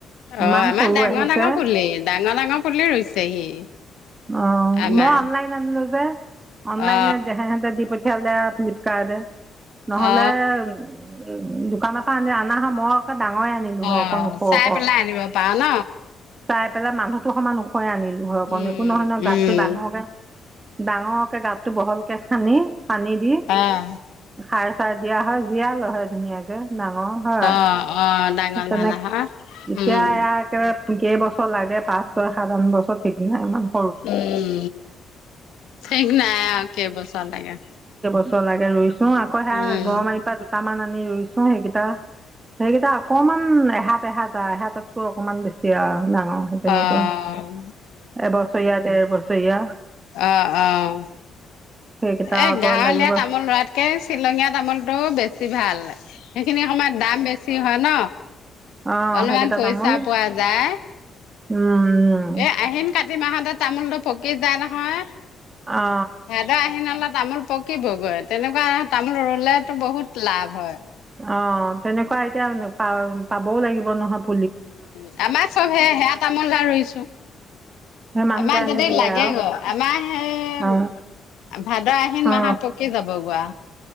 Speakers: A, on the right (about 25°); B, on the left (about 80°).
A: ইমান
B: অ আমাৰ
A: সৰু
B: ডাঙৰ
A: আহিছে
B: ডাঙৰ পুলি ডাঙৰ ডাঙৰ পুলি ৰুইছেহি।
A: অ
B: আমাৰ
A: মই অনলাইন আনিলো যে অনলাইনে
B: অ
A: দেহাহঁতে দি প- খেলেআ ফ্লিপকাৰ্টে নহলে
B: অ
A: উম। উম দোকানৰ পৰা আনিলে অনা হলে মই অকল ডাঙৰে আনিলো
B: অ
A: হয় অকন ওখ
B: চাই
A: ওখ।
B: পেলাই আনিব পাৰ ন
A: চাই পেলাই মানুহতো সমান ওখাই আনিলো হয় অকণ
B: উম
A: একো নহয় নহয় গাতটো
B: উম
A: ডাঙৰকে। ডাঙৰকে গাতটো বহলকে খান্দি পানী দি
B: অ
A: খাৰ, চাই দিয়া হয় জীয়া লহে ধুনীয়াকে নাঙৰ হয়।
B: অ', অ', ডাঙৰ
A: তেনেক
B: মালাহৰ
A: এতিয়া
B: উম,
A: এয়া একেবাৰে কেইবছৰ লাগে পাঁচ ছয় সাত আন বছৰ ঠিক নাই মানে
B: উম ঠিক নাই আৰু কেইবছৰ লাগে।
A: চলাগে ৰুইছো আকৌ সেয়া
B: উম,
A: গৰৈ মাৰীৰ পৰা দুটামান আনি ৰুইছো, সেইকেইটা সেইকেইটা অকমান এহাত এহাত আৰু এহাততকৈ অকনমান বেছি আৰু ডাঙৰ সেই তেনেকুৱা
B: অ',
A: এবছৰীয়া ডেৰ বছৰীয়া
B: অহ অহ
A: সেইকেইটা
B: এ
A: আকৌ
B: গাঁৱলীয়া
A: লাগিব অ
B: তামোল ৰুৱাতকে শ্বিলঙীয়া তামোলটোৱে বেছি ভাল। সেইখিনি সময়ত দাম বেছি হয় ন
A: অ
B: অলপমান
A: সেইকেইটা
B: পইচা
A: তামোল
B: পোৱা যায়।
A: উম
B: এ আহিন-কাতি মাহতে তামোলটো পকি যায় নহয়।
A: অ
B: ভাদ আহিন লে তামুল পকিবগৈ তেনেকুৱা তামোল ৰুলেতো বহুত লাভ হয়।
A: অ তেনেকুৱা এতিয়া পা পাবও লাগিব নহ'ব।
B: উ আমাৰ চব সে সেয়া তামোল লা ৰুইছো।
A: সেই মানুহটোৱে
B: আমাৰ
A: আনি
B: যদি
A: দিয়ে
B: লাগে
A: আৰু
B: গ আমাৰ সেই
A: অ
B: ভাদ-আহিন
A: অ
B: মাহত পকি যাব, গোৱা